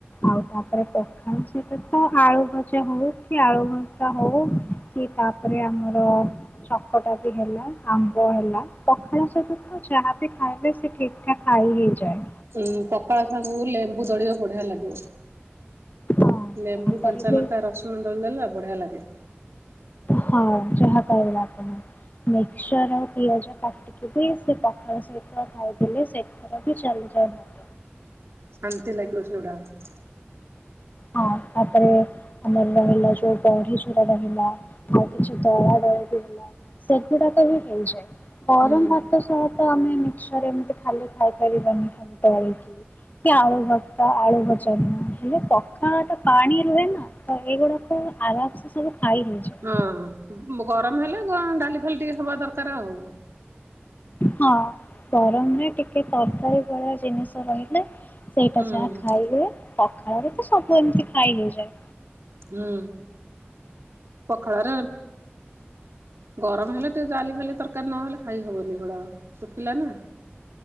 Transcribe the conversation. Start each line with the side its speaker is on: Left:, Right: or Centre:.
Left: ଆଉ ତାପରେ ପଖାଳ ସହିତ ତ ଆଳୁ ଭଜା ହଉ କି ଆଳୁ ଭଜା ହଉ। କି ତାପରେ ଆମର ଚକଟା ବି ହେଲା। ଆମ୍ବ ହେଲା ପଖାଳ ସବୁ ତ ଯାହା ବିି ଖାଇଲେ ସେ ଠିକ ଠାକ ଖାଇହେଇଯାଏ।
Right: ଉଁ ପଖଳ ସାଙ୍ଗୁ ଲେମ୍ବୁ ଦଳିବା ବଢିଆ ଲାଗିବ।
Left: ହଁ
Right: ଲେମ୍ବୁ
Left: ତାପରେ
Right: କଞ୍ଚା ଲଙ୍କା
Left: ବି
Right: ରସୁଣ ଦଳିଦଲା ବଢିଆ ଲାଗେ।
Left: ହଁ ଯାହା କହିଁଲ ଆଣ ମିକସଚର ଆଉ ପିଆଜ ସେ ବି ସେ ପଖାଳ ସହିତ ଖାଇଥିଲେ ସେଥିର ବି ଚାଲିଯାଉନାନ୍ତି।
Right: ଶାନ୍ତି ଲାଗିବ ସେଗୁଡାକ।
Left: ହଁ ତାପରେ ଆମର ରହିଲା ଯୋଉ ବଢି ଚୁରା ରହିଲା ଆଉ କିଛି ଦଳାଦଲି ବି ହେଲା। ସେଗୁଡାକ ବି ହେଇଯାଏ। ଗରମ
Right: ହୁଁ
Left: ଭାତ ସହ ତ ଆମେ ମିକ୍ସର ଏମିତି ଖାଲି ଖାଇପାରିବାନି ଦଳିକି। କି ଆଳୁ ଭର୍ତା ଆଳୁ ଭଜା ନୁହ ହେଲେ ହ ତ ପାଣି ରୁହେ ନା ତ ଏଇଗୁଡାକୁ ଆରାମସେ ସବୁ ଖାଇ ହେଇଯାଏ।
Right: ହଁ ଗରମ ହେଲେ ଡାଲି ଫାଲି ଟିକେ ହେବା ଦରକାର ଆଉ।
Left: ହଁ ଗରମରେ ଟିକେ ତରକାରୀ ଭଳିଆ ଜିନିଷ ରହିଲେ। ସେଇଟା
Right: ହୁଁ।
Left: ଯାହା ଖାଇ ହୁଏ। ପଖାଳରେ ତ ସବୁ ଏମିତି ଖାଇ ହେଇଯାଏ।
Right: ହୁଁ ପଖାଳରେ ଗରମ ହେଲେ ଟିକେ ଜା ଫାଲି ତରକାରୀ ନହେଲେ ଖାଇ ହବନି ହେଗୁଡା ଶୁଖିଲା ନା।